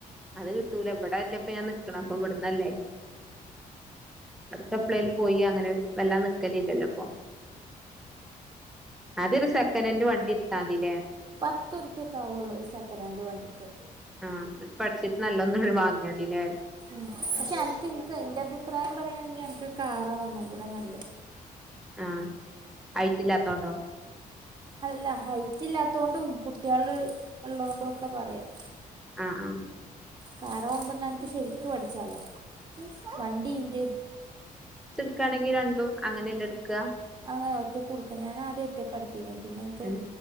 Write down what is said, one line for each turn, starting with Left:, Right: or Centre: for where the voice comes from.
Centre: അത് കിട്ടൂല ഇബട ല്ലപ്പ ഞാൻ നിക്കണേ അപ്പൊ ഇവിടുന്നല്ലേ എടക്കപ്പളേൽ പോയി അങ്ങനെ വെല്ലാതെ ന ലല്ലല്ലോപ്പൊ ആദ്യരു സെക്കനൻഡ് വണ്ടി ഇട്ത്താതില്ലേ
Right: പത്ത് ഉറുപ്പ്യക്ക ആവൊള്ളൂ ഒരു സെക്കനൻ്ഡ് വണ്ടിക്ക്
Centre: ആന്നട്ട് പഠിച്ചിട്ട് നല്ലൊന്ന് വാങ്ങ്യതില്ലേ
Right: ഉം പക്ഷെ അനക്ക് ഇനിക്ക് എന്റെ അഭിപ്രായം പറയയാണെങ്കിൽ അനക്ക് കാറാ ഒന്നും കൂടെ നല്ല
Centre: ആ ഹൈറ്റ് ഇല്ലാത്തോണ്ടോ
Right: അല്ല ഹൈറ്റ് ഇല്ലാത്ത കൊണ്ടും കുട്ടികള ഉള്ളൊണ്ടും ഒക്കെ പറയാം
Centre: ആ ആ
Right: കറാവുമ്പ ന്നനക്ക് ശെരിക്കും പഠിച്ചാലോ വണ്ടീണ്ട്
Centre: ക്കണെങ്കിൽ രണ്ടും അങ്ങനെ എല്ലെ ഇട്ക്ക
Right: ആ ഒറ്റക്കുംഇടക്ക ഞാൻ ആദ്യം ഒറ്റക്ക ഇടുത്തീന് പിന്നെ എനിക്ക്
Centre: ഉം